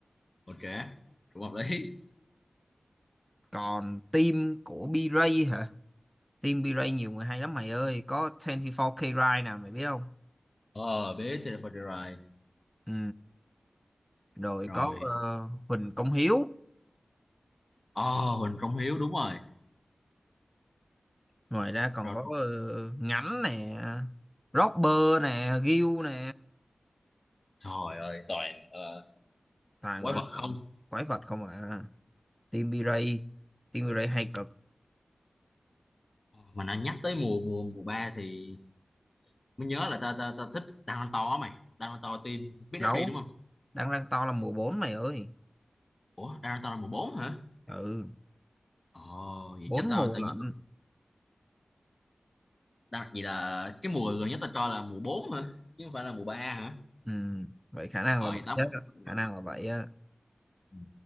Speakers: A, on the left; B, in the centre.
A: ok cũng hợp lý
B: còn team của B-Ray hả team B-Ray nhiều người hay lắm mày ơi có 24K Ride nè mày biết không
A: ờ bé Jennifer Ray
B: ừ rồi
A: rồi
B: có ờ, Huỳnh Công Hiếu
A: ờ Huỳnh Công Hiếu đúng rồi
B: ngoài ra còn
A: rồi
B: có ờ, Ngánh nè Robber nè Gil nè
A: Trời ơi toàn ờ,
B: toàn
A: quái
B: gọi
A: vật
B: là
A: không.
B: quái vật không à Team B-Ray Team B-Ray hay cực
A: Mà nó nhắc tới mùa mùa mùa 3 thì mới nhớ là tao tao tao thích Danganronpa á mày. Danganronpa team biết
B: đấu
A: đi đúng không?
B: đang đang to là mùa bốn mày ơi
A: Ủa Danganronpa là mùa 4 hả?
B: ừ
A: Ồ vậy
B: bốn
A: chắc tao
B: mùa
A: tao
B: lận
A: nhớ rồi. Đan- vậy là cái mùa gần nhất tao cho là mùa 4 hả? Chứ không phải là mùa 3 hả?
B: ừ vậy khả năng
A: Ờ
B: là vậy
A: vậy tao
B: á
A: đúng
B: khả
A: rồi.
B: năng là vậy á
A: Ừ.